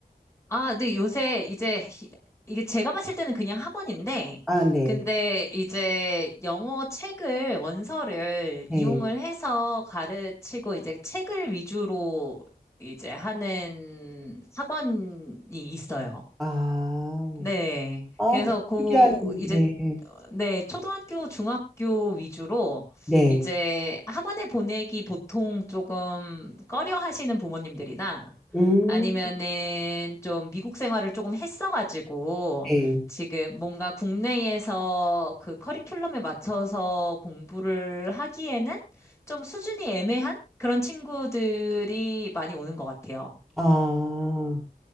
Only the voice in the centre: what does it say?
아, 네,
네.
아,
아,
되게
특이한,
네,
네.
음,
네.
아,